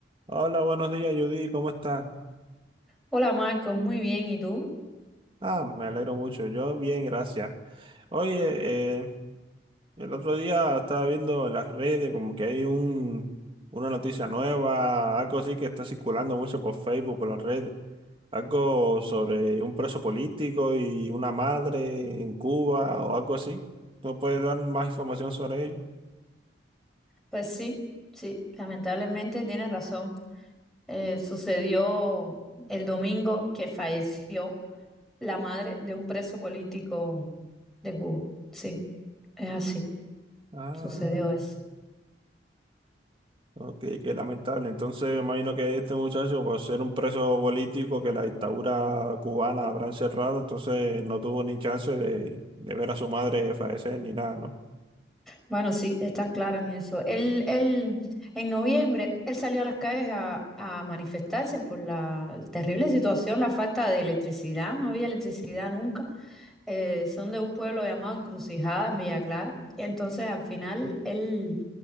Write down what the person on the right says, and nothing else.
Hola, buenos días, Judy, ¿cómo estás?
Ah, me alegro mucho, yo bien, gracias. Oye, eh, el otro día estaba viendo en las redes como que hay un, una noticia nueva, algo así que está circulando mucho por Facebook, por las redes, algo sobre un preso político y una madre en Cuba o algo así. ¿No puedes dar más información sobre ello?
Ah.
Ok, qué lamentable. Entonces, imagino que este muchacho, por ser un preso político que la dictadura cubana habrá encerrado, entonces no tuvo ni chance de, de ver a su madre fallecer ni nada, ¿no?